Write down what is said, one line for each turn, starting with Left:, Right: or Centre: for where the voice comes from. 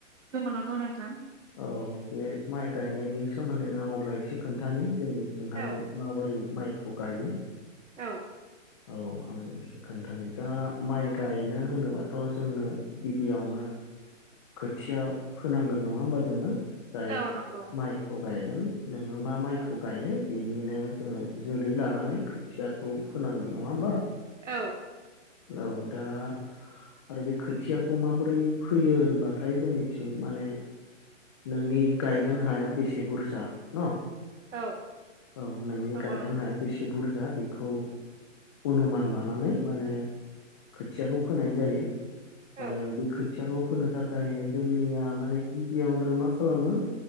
Right: जोंबो नांगौ नोंथां
Left: औ बे माइ गायनायनि सोमोन्दैनो आं अब्ला एसे खोन्थानि जोंनिथिंहाय
Right: औ
Left: माबोरै माइखौ गायो
Right: औ
Left: औ आं एसे खोन्थानो दा माइ गायनो होनोबाथ' जोंनो गिबियावनो
Right: <inaudible> <unintelligible>
Left: खोथिया फोनांगोन नङा होमबा जोङो जाय
Right: औ नंगौ नंगौ
Left: माइखौ गायगोन नोङो मा माइखौ गायनो बेनिनो जोङो जोलै लानानै खोथियाखौ फोनांगोन नङा होमबा
Right: औ
Left: औ दा आरो बे खोथियाखौ माबोरै फैयो होनबाथाय जोंनिथिं माने नोंनि गायगोन हाया बेसे बुरजा न
Right: औ
Left: औ नोंनि
Right: नंगौ
Left: गायगोन
Right: नोंथां
Left: हाया बेसे बुरजा बेखौ अनुमान लानानै माने खोथियाखौ फोनाय जायो आरो
Right: औ
Left: बे खो खोथियाखौ फोनो थाखाय जोंनिया माने गिबियावनो मा खालामो